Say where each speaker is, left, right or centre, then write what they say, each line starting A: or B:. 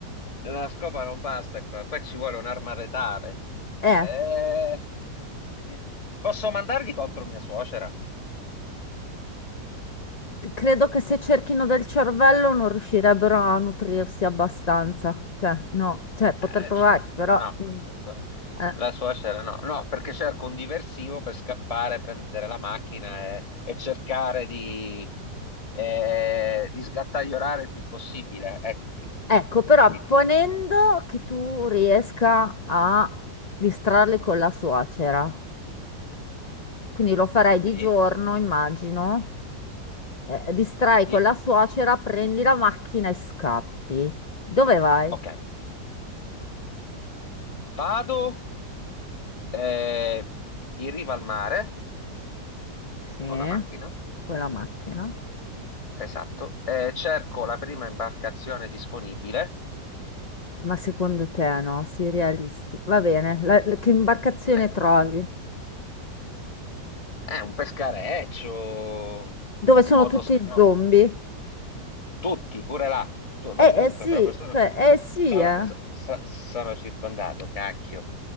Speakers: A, on the left; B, on the left.
A: La scopa non basta qua, qua ci vuole un'arma retale.
B: Eh.
A: Eh, eh, Posso mandargli contro mia suocera?
B: Credo che se cerchino del cervello non riuscirebbero a nutrirsi abbastanza, cioè no, cioè poter
A: Eh,
B: provarci,
A: cioè,
B: però...
A: No,
B: mm,
A: non so.
B: eh.
A: La suocera no, no, perché cerco un diversivo per scappare, prendere la macchina e, e cercare di, eh, di sgattaiolare il più possibile. Ecco,
B: Ecco, però
A: E quindi
B: ponendo che tu riesca a distrarli con la suocera, quindi lo farai di
A: sì,
B: giorno, immagino, eh, distrai
A: sì,
B: con la suocera, prendi la macchina e scappi. Dove vai?
A: ok. Vado eh, in riva al mare
B: Sì,
A: con la macchina.
B: con la macchina.
A: Esatto, Eh, cerco la prima imbarcazione disponibile.
B: Ma secondo te no, sii realisti. Va bene, la- la- che imbarcazione
A: Eh,
B: trovi?
A: eh, un pescareccio,
B: Dove
A: un
B: sono
A: motoscafo,
B: tutti
A: no,
B: zombie?
A: tutti, pure là, tu- ovunque,
B: Eh, eh sì,
A: proprio sono,
B: cioè, eh sì,
A: sono,
B: eh.
A: so- so- sono circondato, cacchio.